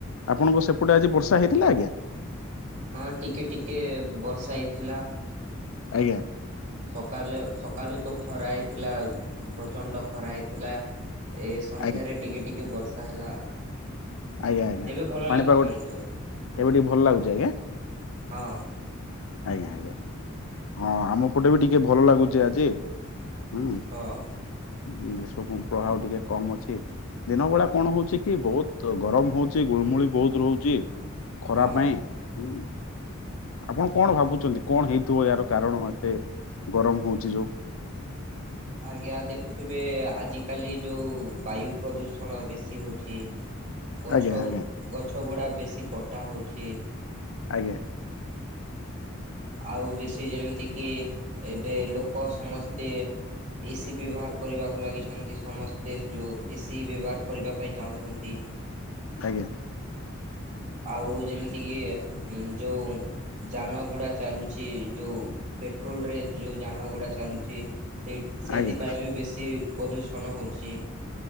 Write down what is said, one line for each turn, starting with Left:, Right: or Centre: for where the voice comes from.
Left: ଆପଣଙ୍କ ସେପଟେ ଆଜି ବର୍ଷା ହେଇଥିଲା ଆଜ୍ଞା?
Right: ହଁ ଟିକେ ଟିକେ ବର୍ଷା ହେଇଥିଲା।
Left: ଆଜ୍ଞା।
Right: ସକାଲେ ସକାଲୁ ତ ଖରା ହେଇଥିଲା। ପ୍ରଚଣ୍ଡ ଖରା ହେଇଥିଲା। ଏ ସନ୍ଧ୍ୟାରେ
Left: ଆଜ୍ଞା
Right: ଟିକେ ଟିକେ ବର୍ଷା ହେଲା ଆଉ।
Left: ଆଜ୍ଞା ଆଜ୍ଞା।
Right: ଏବେ ଭଲ
Left: ପାଣିପାଗ
Right: ଲାଗୁଛି
Left: ଗୋଟେ
Right: କିନ୍ତୁ
Left: ଏବେ ଟିକେ ଭଲ ଲାଗୁଛି ଆଜ୍ଞା।
Right: ହଁ।
Left: ଆଜ୍ଞା ଆଜ୍ଞା। ହଁ ଆମ ପଟେ ବି ଟିକେ ଭଲ ଲାଗୁଚେ ଆଜି। ହୁଁ।
Right: ହଁ।
Left: ଗ୍ରୀଷ୍ମ ପ୍ରଭାବ ଟିକେ କମ ଅଛି। ଦିନ ବେଳା କଣ ହଉଛି କି, ବୋହୁତ୍ ଗରମ ହଉଛି ଗୁଳିମୁଳି ବୋହୁତ୍ ରହୁଛି। ଖରା
Right: ହଁ।
Left: ପାଇଁ। ଉଁ ଆପଣ କଣ ଭାବୁଛନ୍ତି କଣ ହେଇଥିବ ଏଆର କାରଣ ଏତେ ଗରମ ହଉଛି ଯୋଉ?
Right: ଆଜ୍ଞା ଦେଖୁଥିବେ ଆଜିକାଲି ଯୋଉ ବାୟୁ ପ୍ରଦୂଷଣ ବେଶୀ ହେଉଛି। ଗଛ,
Left: ଆଜ୍ଞା ଆଜ୍ଞା
Right: ଗଛ ଗୁଡ଼ା ବେଶୀ କଟା ହେଉଛି।
Left: ଆଜ୍ଞା।
Right: ଆଉ ବେଶୀ ଯେମିତିକି ଏବେ ଲୋକ ସମସ୍ତେ ଏସିି ବ୍ୟବହାର କରିବାକୁ ଲାଗିଛନ୍ତି ସମସ୍ତେ। ଯୋଉ ଏସିି ବ୍ୟବହାର କରିବା ପାଇଁ ଚାହୁଁଛନ୍ତି।
Left: ଆଜ୍ଞା।
Right: ଆଉ ଯେମିତିକି, ଏ ଯୋଉ ଯାନ ଗୁଡା ଚାଲୁଛି ଯୋଉ, ପେଟ୍ରୋଲ୍ ରେ ଯୋଉ ଯାନ ଗୁଡା ଚାଲୁଛି ସେଇ, ସେଇଥିପାଇଁ
Left: ଆଜ୍ଞା
Right: ବି ବେଶୀ ପ୍ରଦୂଷଣ ହେଉଛି।